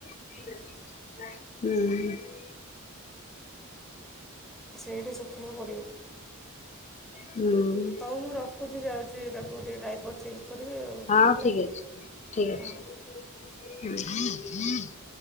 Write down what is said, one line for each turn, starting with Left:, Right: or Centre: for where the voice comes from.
Left: ହୁଁ।
Centre: ସେଇଠି ଶୁଖେଇବାକୁ ପଡ଼ିବ।
Left: ହୁଁ।
Centre: ହଉ ମୁଁ ରଖୁଛି ଯାଉଛି ତାକୁ ଟିକେ ଡାଇପର୍ ଚେଞ୍ କରିବି ଆଉ
Left: ହଁ
Centre: ହେଲା
Left: ଠିକ ଅଛି ଠିକ ଅଛି।
Centre: ହଁ
Left: <inaudible>